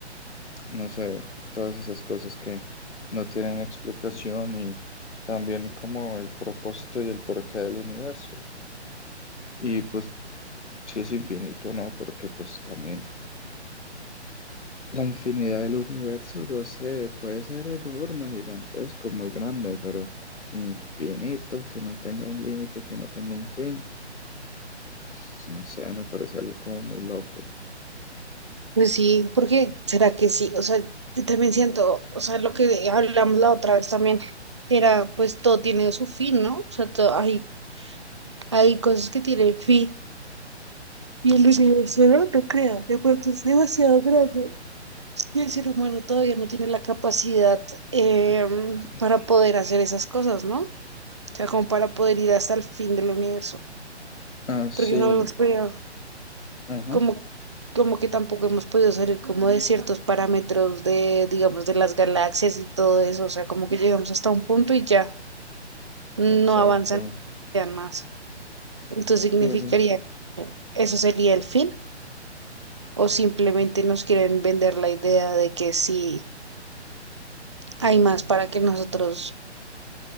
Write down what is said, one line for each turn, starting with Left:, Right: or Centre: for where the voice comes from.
Left: no sé, todas esas cosas que no tienen explicación y también como el propósito y el porqué del universo. Y pues si es infinito, ¿no? Porque pues también la infinidad del universo, no sé, puede ser enorme, gigantesco, muy grande, pero infinito, que no tenga un límite, que no tenga un fin, pues, no sé, me parece algo como muy loco.
Right: pues sí, porque será que sí, o sea, yo también siento, o sea, lo que hablamos la otra vez también era, pues todo tiene su fin, ¿no? O sea, todo, hay, hay cosas que tienen fin Y el universo no, lo crea de pronto es demasiado grande y el ser humano todavía no tiene la capacidad em,
Left: <laughs>
Right: para poder hacer esas cosas, ¿no? O sea, como para poder ir hasta el fin del universo,
Left: Ah, sí,
Right: porque no hemos podido,
Left: ajá,
Right: como, como que tampoco hemos podido salir como de ciertos parámetros de, digamos, de las galaxias y todo eso, o sea, como que llegamos hasta un punto y ya no
Left: exacto.
Right: avanzan más. Entonces significaría
Left: Pero
Right: que eso sería el fin. o simplemente nos quieren vender la idea de que sí hay más para que nosotros